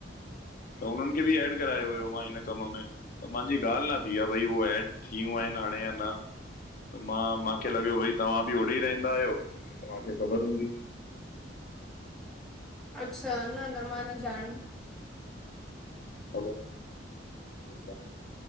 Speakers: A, on the left; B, in the centre.
A: त हुनन खे भी एड करायो हुयो मां हिन कम में त मुंहिंजी ॻाल न थी आ भई हू एड थियूं आहिन हाणे या न त मां मांखे लॻियो भई तव्हां बि ओॾे ई रहंदा आहियो त तव्हांखे ख़बर हूंदी
B: अच्छा न न मां न जाण
A: हलो <unintelligible>